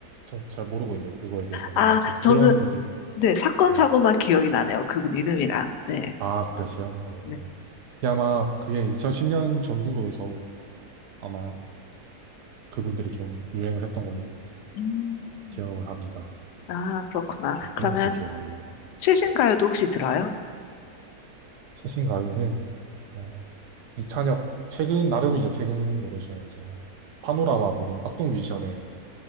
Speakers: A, on the right; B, on the left.
A: 좀 잘 모르고 있는데, 그거에 대해서는.
B: 아,
A: 아무튼
B: 저는,
A: 그런 분들,
B: 네, 사건,
A: 네.
B: 사고만 기억이 나네요. 그분 이름이랑. 네.
A: 아, 그랬어요? 어.
B: 네.
A: 이게 아마 그게 2010년 전후로 해서 아마 그분들이 좀 유행을 했던 걸로
B: 음,
A: 기억을 합니다.
B: 아, 그렇구나.
A: 좀 그런
B: 그러면
A: 것들 좋아합니다. 네.
B: 최신 가요도 혹시 들어요?
A: 최신 가요는 어, 이찬혁 최근 나름 이제 최근 노래 중에 이제 뭐 파노라마 부른 악동 뮤지션의